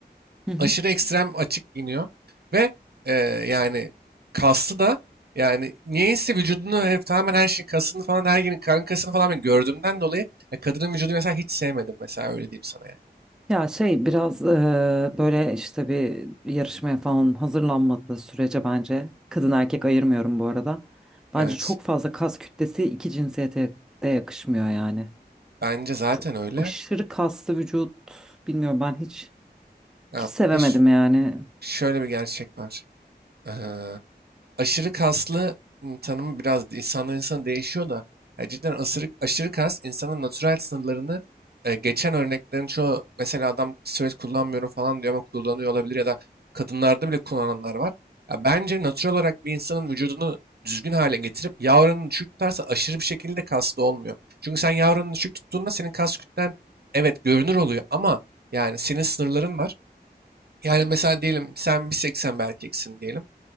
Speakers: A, in the centre; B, on the right.
A: Hı hı.
B: aşırı ekstrem açık giyiniyor ve e, yani kaslı da yani niyeyse vücudunu hep tamamen her şey kasını falan her gün karın kasını falan ben gördüğümden dolayı ya kadının vücudunu mesela hiç sevmedim mesela öyle diyeyim sana yani.
A: Ya şey biraz eee, böyle işte bir yarışmaya falan hazırlanmadığı sürece bence kadın erkek ayırmıyorum bu arada.
B: Evet.
A: Bence çok fazla kas kütlesi iki cinsiyete de yakışmıyor yani.
B: Bence zaten
A: Çok
B: öyle.
A: aşırı kaslı vücut bilmiyorum ben hiç
B: Ha,
A: hiç sevemedim
B: bir de ş-
A: yani.
B: şöyle bir gerçek var. Ee, aşırı kaslı ım, tanımı biraz de- insandan insana değişiyor da ya cidden aşırı, aşırı kas insanın natürel sınırlarını e, geçen örneklerin çoğu mesela adam steroid kullanmıyorum falan diyor ama kullanıyor olabilir ya da kadınlarda bile kullananlar var. Ya bence natürel olarak bir insanın vücudunu düzgün hale getirip yağ oranını düşük tutarsa aşırı bir şekilde kaslı olmuyor. Çünkü sen yağ oranını düşük tuttuğunda senin kas kütlen evet görünür oluyor ama yani senin sınırların var. Yani mesela diyelim sen 1.80 bir erkeksin diyelim.